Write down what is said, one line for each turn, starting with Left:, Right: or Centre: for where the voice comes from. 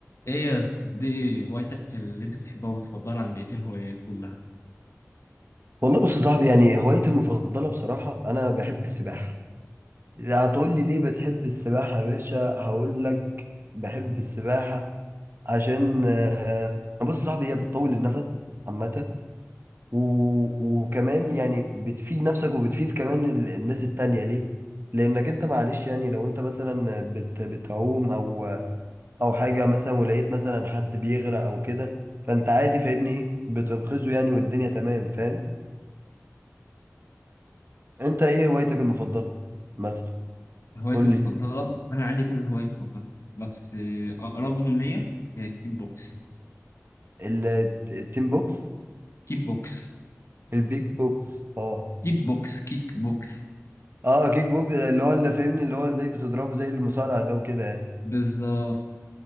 Left: ايه يا س- دي ايه هوايتك اللي انت بتحبها وبتفضلها عن بقية الهوايات كلها
Right: والله بص يا صاحبي يعني هوايتي المفضلة بصراحة أنا بحب السباحة إذا هتقول لي ليه بتحب السباحة يا باشا هقول لك بحب السباحة عشان آه، بص يا صاحبي هي بتطول النفس عامة و- وكمان يعني بتفيد نفسك وبتفيد كمان ال- الناس التانية ليه؟ لأنك أنت معلش يعني لو أنت مثلا بت بتعوم أو أو حاجة مثلا ولقيت مثلا حد بيغرق أو كده فأنت عادي فاهمني إيه؟ بتنقذه يعني والدنيا تمام فاهم؟ انت ايه هوايتك المفضله مثلا
Left: هوايتي
Right: قول
Left: المفضلة
Right: لي كده.
Left: انا عندي كذا هواية بفضلها بس آه، اقربهم ليا آه، كيك بوكس
Right: ال- التين بوكس
Left: كيك بوكس
Right: البيك بوكس اه
Left: كيك بوكس كيك بوكس
Right: اه كيك بوكس اللي هو اللي فاهمني اللي هو ازاي بتضربه زي المصارعه ده وكده يعني
Left: بالظبط